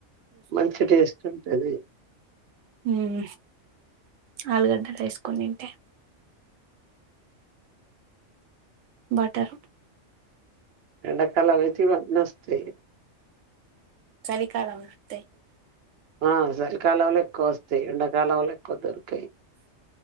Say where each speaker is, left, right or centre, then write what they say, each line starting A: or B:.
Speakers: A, on the right; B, on the right.
A: మంచిగా టేస్ట్ ఉంటది.
B: హుమ్ ఆలుగడ్డలు ఏసుకొనితింటే బట్టరు
A: ఎండకాలం అయితే ఇవన్నోస్తాయి.
B: చలికాలం అత్తయి.
A: ఆ సరికాలంల ఎక్కువ వస్తాయి ఎండాకాలంలా ఎక్కువ దొరికయి.